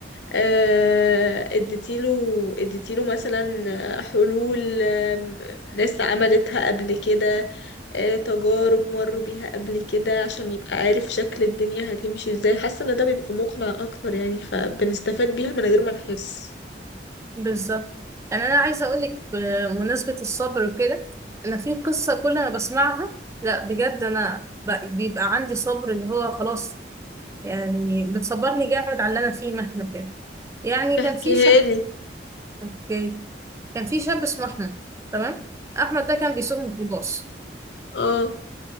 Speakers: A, on the left; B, on the right.
A: آه، اديتيله اديتيله مثلا آه، حلول آه، ناس عملتها قبل كده آه، تجارب مروا بيها قبل كده عشان يبقى عارف شكل الدنيا هتمشي ازاي حاسة ان ده بيبقى مقنع اكتر يعني فبنستفاد بيها من غير ما نحس
B: بالظبط يعني انا عايزه اقول لك بمناسبه الصبر وكده انا في قصه كل ما بسمعها لا بجد انا ب- بيبقى عندي صبر اللي هو خلاص يعني بتصبرني جامد على اللي انا فيه مهما كان يعني
A: احكيها
B: كان في شاب
A: لي
B: اوكي كان في شاب اسمه احمد تمام احمد ده كان بيسوق ميكروباص
A: اه